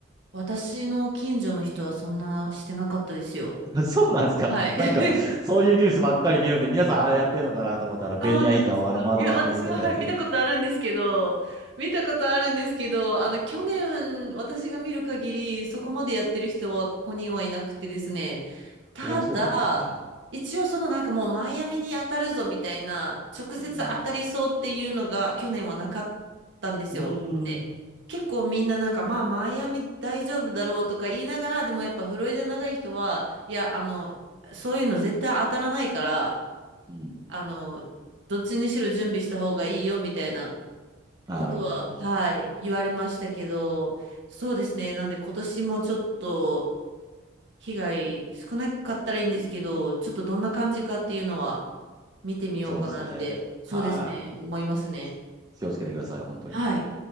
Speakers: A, on the right; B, on the right.
A: 私の近所の人はそんなしてなかったですよ。
B: <laughs> あそうなんですか。
A: はい。
B: なんか、
A: <laughs>
B: そういうニュースばっかり見るんで、皆さんあれやってんのかなと思ったら、ベニヤ板をあの窓枠にとかやってる。
A: あ、本当ですか。いや、私も、はい、見たことあるんですけど、見たことあるんですけど、あの、去年、私が見る限り、そこまでやってる人はここにはいなくてですね、ただ、
B: おーそうなんですね。
A: 一応そのなんかもうマイアミに当たるぞみたいな、直接当たりそうっていうのが去年はなかったんですよ。
B: うん。うーん。
A: で、結構みんななんか、まあ、マイアミ大丈夫だろうとか言いながら、でもやっぱフロリダ長い人は、いや、あの、そういうの絶対当たらないから、
B: うん。
A: あの、どっちにしろ準備した方がいいよみたいな
B: なるほど。
A: ことは、はい、言われましたけど、そうですね。なんで今年もちょっと被害少なかったらいいんですけど、ちょっとどんな感じかっていうのは見てみようかなって、
B: そうですね。
A: そうですね、
B: はい。
A: 思いますね。
B: 気をつけてください、本当に。
A: はい。